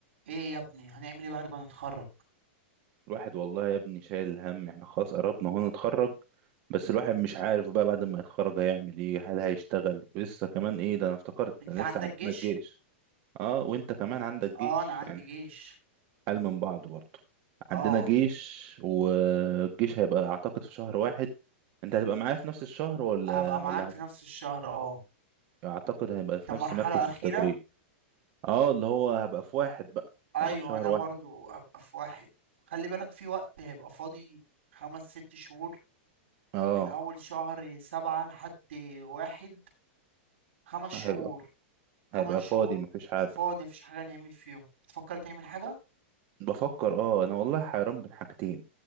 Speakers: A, on the right; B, on the right.
A: ايه يا ابني هنعمل ايه بعد ما نتخرج
B: الواحد والله يا ابني شايل الهم احنا خلاص قربنا هو نتخرج بس الواحد مش عارف بقى بعد ما يتخرج هيعمل ايه هل هيشتغل ولسه كمان ايه ده انا افتكرت
A: انت
B: ده
A: عندك
B: لسه عندنا
A: جيش
B: الجيش اه وانت كمان عندك
A: اه
B: جيش
A: انا عندي
B: يعني
A: جيش
B: حال من بعض برضه
A: اه
B: عندنا جيش والجيش هيبقى اعتقد في شهر واحد انت هتبقى معايا في نفس الشهر ولا
A: هبقى
B: ولا
A: معاك في
B: هت...
A: نفس الشهر اه
B: اعتقد هيبقى
A: انت
B: في نفس
A: مرحلة
B: مركز
A: اخيرة
B: التدريب اه اللي هو هبقى في واحد بقى
A: ايوه
B: هبقى في شهر
A: انا
B: واحد
A: برضو هبقى في واحد خلي بالك في وقت هيبقى فاضي خمس ست شهور
B: اه
A: من اول شهر سبعة لحد واحد خمس شهور
B: هيبقى
A: خمس
B: هيبقى
A: شهور
B: فاضي مفيش حاجة
A: فاضي مفيش حاجة نعمل فيهم بتفكر تعمل حاجة
B: بفكر اه انا والله حيران بين حاجتين